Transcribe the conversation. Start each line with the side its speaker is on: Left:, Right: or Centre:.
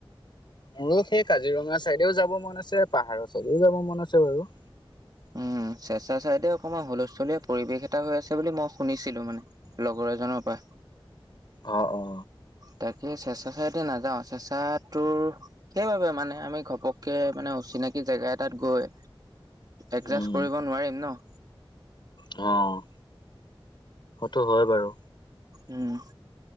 Left: মোৰো সেই কাজিৰঙা চাইডেওঁ যব মন আছে, পাহাৰৰ চাইডেওঁ যাব মন আছে বাৰু।
Right: উম চেঁচা চাইডে অকণমান হুলস্থুলীয়া পৰিৱেশ এটা হৈ আছে বুলি মই শুনিছিলো মানে, লগৰ এজনৰ পা।
Left: অ' অ'
Right: তাকে চেচ চাইডে নাযাওঁ। চেচাতটোৰ সেইবাবে মানে আমি ঘপককে মানে অচিনাকি জেগা এটাত গৈ এডজাষ্ট
Left: উম
Right: কৰিব নোৱাৰিম ন। <inaudible>
Left: অ'। তো হয় বাৰু।
Right: উম।